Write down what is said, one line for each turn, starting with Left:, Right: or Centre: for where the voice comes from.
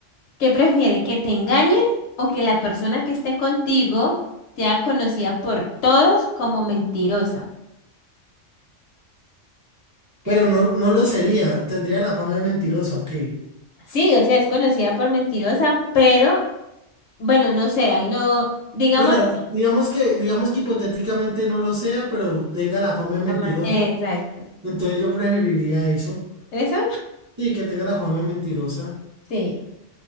Left: ¿Qué prefiere? ¿Que te engañen o que la persona que esté contigo sea conocida por todos como mentirosa?
Right: Pero no, no lo sería. Tendría la fama de mentirosa, ok.
Left: Sí, o sea, es conocida por mentirosa, pero bueno, no sé, ahí no, digámoslo.
Right: Bueno, digamos que, digamos que hipotéticamente no lo sea, pero tenga la fama de mentirosa.
Left: que- Exacto.
Right: Entonces yo preferiría eso.
Left: ¿Eso?
Right: Sí, que tenga la fama de mentirosa.
Left: Sí,